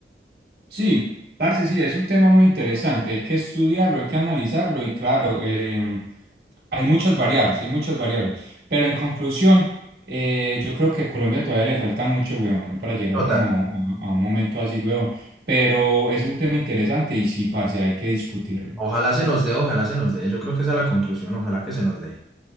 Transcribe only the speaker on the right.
Sí, parce, sí, es un tema muy interesante. Hay que estudiarlo, hay que analizarlo y claro, em, Hay muchas variables, hay muchas variables. Pero en conclusión, eh, yo creo que a Colombia todavía le falta mucho, weón, para llegar
como a, a un momento así, weón. Pero es un tema interesante y sí, parce, hay que discutirlo.